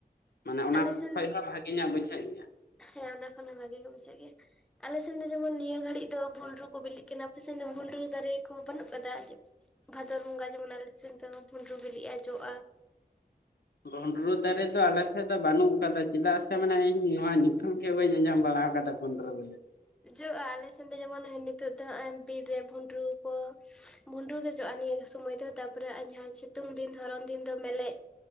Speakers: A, on the left (about 90°); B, in the centre.
A: ᱢᱟᱱᱮ ᱚᱱᱟ
B: ᱟᱞᱮ ᱥᱮᱱ
A: ᱠᱷᱚᱡ
B: ᱫᱚ
A: ᱦᱚᱸ ᱵᱷᱟᱜᱮ ᱧᱚᱜ ᱵᱩᱡᱷᱟᱹᱜ ᱜᱮᱭᱟ
B: ᱦᱮᱸ ᱚᱱᱟ ᱠᱷᱚᱱ ᱦᱚᱸ ᱵᱷᱟᱜᱮ ᱜᱮ ᱵᱩᱡᱷᱟᱹᱜ ᱜᱮᱭᱟ ᱟᱞᱮ ᱥᱮᱱ ᱫᱚ ᱡᱮᱢᱚᱱ ᱱᱤᱭᱟᱹ ᱜᱷᱟᱹᱲᱤᱡ ᱫᱚ ᱵᱷᱩᱱᱰᱨᱩ ᱠᱚ ᱵᱤᱞᱤᱜ ᱠᱟᱱᱟ ᱫᱚ ᱵᱷᱩᱸᱰᱨᱩ ᱫᱟᱨᱮ ᱠᱚ ᱵᱟᱹᱱᱩᱜ ᱠᱟᱫᱟ ᱵᱷᱟᱫᱚᱨ ᱵᱚᱸᱜᱟ ᱡᱮᱢᱚᱱ ᱟᱞᱮ ᱥᱮᱱ ᱫᱚ, ᱵᱷᱩᱸᱰᱨᱩ ᱵᱤᱞᱤᱜᱼᱟ ᱡᱚᱜᱼᱟ
A: ᱵᱷᱳᱸᱰᱨᱳ ᱫᱟᱨᱮ ᱫᱚ ᱟᱞᱮ ᱥᱮᱫ ᱫᱚ ᱵᱟᱹᱱᱩᱜ ᱠᱟᱫᱟ ᱪᱮᱫᱟᱜ ᱥᱮ ᱢᱟᱱᱮ ᱤᱧ ᱱᱚᱣᱟ ᱧᱩᱛᱩᱢ ᱜᱮ ᱵᱟᱹᱧ ᱟᱸᱡᱚᱢ ᱵᱟᱲᱟᱣ ᱠᱟᱫᱟ᱾ ᱵᱷᱳᱸᱰᱨᱳ ᱵᱮᱞᱮ
B: ᱡᱚᱜᱼᱟ ᱟᱞᱮ ᱥᱮᱱ ᱫᱚ ᱡᱮᱢᱚᱱ ᱱᱤᱛᱚᱜ ᱫᱚ ᱦᱟᱸᱜᱼᱟᱭ ᱵᱤᱨ ᱨᱮ ᱵᱷᱩᱸᱰᱨᱩ ᱠᱚ ᱵᱷᱩᱸᱰᱨᱩ ᱜᱮ ᱡᱚᱜᱼᱟ ᱱᱤᱭᱟᱹ ᱥᱚᱢᱚᱭ ᱫᱚ ᱛᱟᱨ ᱯᱚᱨᱮ ᱦᱟᱸᱜᱼᱟᱭ ᱡᱟᱦᱟᱸ ᱥᱤᱛᱩᱝ ᱫᱤᱱ ᱫᱷᱚᱨᱚᱱ ᱫᱤᱱ ᱫᱚ ᱢᱮᱞᱮᱡ